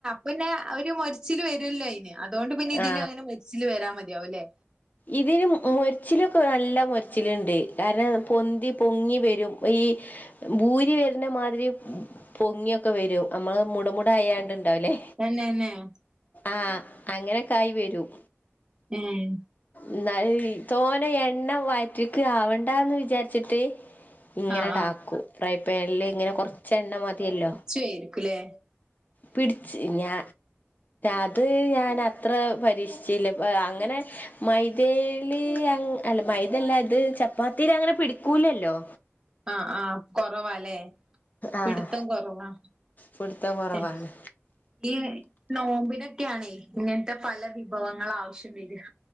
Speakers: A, on the right (about 15°); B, on the left (about 40°).
A: പിന്നെ അവര് മൊരിച്ചില് വരുല്ലോന് അതുകൊണ്ട് പിന്നെ ഇതിന്
B: ആ
A: അങ്ങനെ മരിച്ചില് വരാ മതിയാവുല്ലേ
B: ഇതിന് മൊരച്ചിലൊക്കെ നല്ല മൊരച്ചിലുണ്ടെ കാരണം പൊന്തി പൊങ്ങി വരും ഈ ബൂരി വരുന്ന മാതിരി പൊങ്ങിയൊക്കെ വരും നമ്മള് മുടമുടയാണ്ട്ണ്ടാവില്ലേ
A: തന്നെന്നായോ
B: ആഹ് അങ്ങനൊക്ക ആയി വരും
A: ഉം
B: എന്നല് തോന്ന എണ്ണ വാറ്റക്ക് ആവണ്ടന്ന് വിചാരിച്ചിട്ട് ഇങ്ങനെടാക്കും
A: ആഹ് ആഹ്
B: ഫ്രയ് പാനിൽ ഇങ്ങനെ കൊറച്ചെണ്ണ എണ്ണ മതിയല്ലോ
A: ചോയിരിക്കൂല്ലേ
B: പിടിച്ച് ഞാ അത് ഞാൻ അത്ര പരീക്ഷിച്ചില്ലപ്പ അങ്ങനെ മൈദേയില് അല്ല മൈദല്ല ഇത് ചപ്പാത്തിൽ അങ്ങനെ പിടിക്കൂലല്ലോ
A: ആഹ് ആഹ് കൊറവാല്ലേ
B: ആഹ്
A: പിടുത്തം കുറവാ
B: പിടുത്തം കുറവാണ്
A: <unintelligible> ഈ നോമ്പിനൊക്കെയാണേ ഇങ്ങനത്തെ പല വിഭവങ്ങൾ ആവശ്യം വരിക